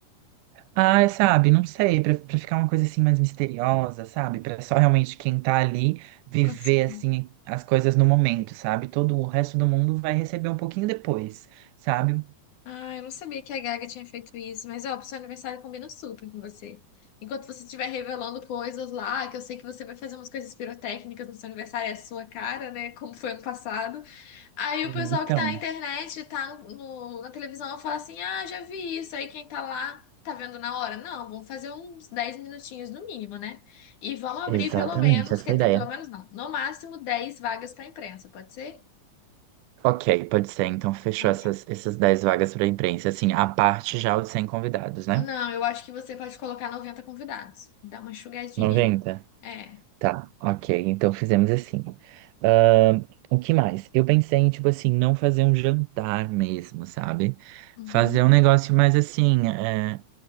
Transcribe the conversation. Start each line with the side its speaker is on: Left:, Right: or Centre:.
Right: Ah, sabe, não sei, pra, pra ficar uma coisa assim mais misteriosa, sabe? Pra só realmente quem tá ali viver
Left: Conseguiu.
Right: assim as coisas no momento, sabe? Todo o resto do mundo vai receber um pouquinho depois, sabe?
Left: Ah, eu não sabia que a Gaga tinha feito isso, mas ó, pro seu aniversário combina super com você. Enquanto você estiver revelando coisas lá, que eu sei que você vai fazer umas coisas pirotécnicas no seu aniversário, é a sua cara, né? Como foi ano passado. Aí
Right: Então,
Left: o pessoal que tá na internet, tá no, no- na televisão, fala assim: ah, já vi isso. Aí quem tá lá tá vendo na hora. Não, vamos fazer uns 10 minutinhos no mínimo, né? E vamos abrir
Right: Exatamente,
Left: pelo menos,
Right: essa
Left: quer
Right: é
Left: dizer,
Right: a ideia.
Left: pelo menos não, no máximo 10 vagas pra imprensa, pode ser?
Right: Ok, pode ser. Então, fechou
Left: Não,
Right: essas,
Left: tá.
Right: essas 10 vagas para imprensa. Assim, a parte já os 100 convidados, né?
Left: Não, eu acho que você pode colocar 90 convidados. Dá uma enxugadinha
Right: 90.
Left: aí. É.
Right: Tá, ok. Então fizemos assim. Ahn, o que mais? Eu pensei em, tipo assim, não fazer um jantar mesmo, sabe?
Left: Uhum.
Right: Fazer um negócio mais assim, é,